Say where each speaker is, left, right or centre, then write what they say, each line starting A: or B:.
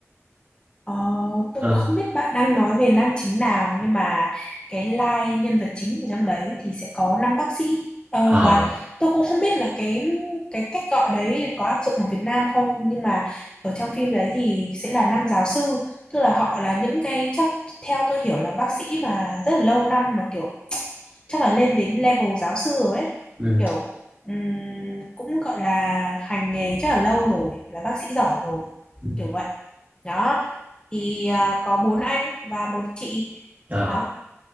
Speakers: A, on the left; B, on the right.
A: Ờ, tôi
B: ờ
A: không biết bạn đang nói về nam chính nào nhưng mà cái line nhân vật chính ở trong đấy thì sẽ có năm bác sĩ Ờ,
B: ờ à.
A: và tôi cũng không biết là cái cái cách gọi đấy có áp dụng ở Việt Nam không nhưng mà ở trong phim đấy thì sẽ là năm giáo sư tức là họ là những cái chắc theo tôi hiểu là bác sĩ mà rất là lâu năm mà kiểu chắc là lên đến level giáo sư rồi ấy
B: ừ.
A: kiểu ừm, cũng gọi là hành nghề chắc là lâu rồi là bác sĩ giỏi rồi
B: ừ.
A: kiểu vậy đó thì à, có bốn anh và một chị
B: Ờ.
A: đó